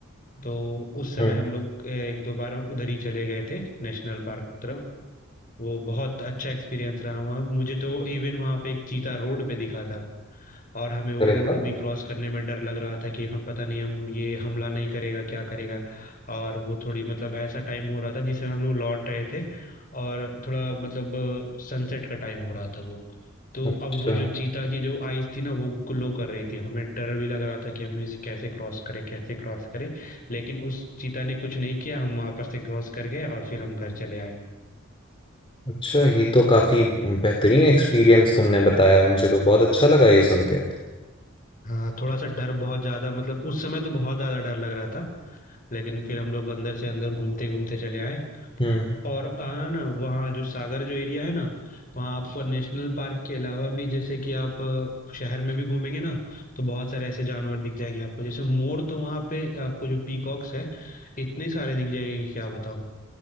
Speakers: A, on the left; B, on the left.
A: तो उस समय
B: हम्म
A: हम लोग अ, एक दो बार उधर ही चले गए थे नेशनल पार्क की तरफ वो बहुत अच्छा एक्सपीरियंस रहा वहाँ मुझे तो इवन वहाँ पे एक चीता रोड पे दिखा था और हमें वो
B: अरे
A: रोड
B: वाह
A: भी क्रॉस करने में डर लग रहा था कि हम पता नहीं हम ये हमला नहीं करेगा क्या करेगा और वो थोड़ी मतलब ऐसा टाइम हो रहा था जिसमें हम लोग लौट रहे थे और थोड़ा मतलब सनसेट का टाइम हो रहा था वो तो
B: अच्छा
A: अब वो जो चीता की जो आइज थी ना वो ग्लो कर रही थी हमें डर भी लग रहा था कि हमें इसे कैसे क्रॉस करे कैसे क्रॉस करे लेकिन उस चीता ने कुछ नहीं किया हम वहां पर से क्रॉस कर गए और फिर हम घर चले आए
B: अच्छा ये तो काफी बेहतरीन एक्सपीरियंस तुमने बताया मुझे तो बहुत अच्छा लगा ये सुन के
A: हाँ थोड़ा सा डर बहुत ज्यादा मतलब उस समय तो बहुत ज्यादा डर लग रहा था लेकिन फिर हम लोग अंदर से अंदर घूमते घूमते चले आए
B: हम्म
A: और आ ना वहाँ जो सागर जो एरिया है ना वहाँ आपको नेशनल पार्क के अलावा भी जैसे कि आप अ, शहर में भी घूमेंगे ना तो बहुत सारे ऐसे जानवर दिख जाएंगे आपको जैसे मोर तो वहाँ पे आपको जो पीकॉक्स है इतने सारे दिख जाएंगे कि क्या बताऊँ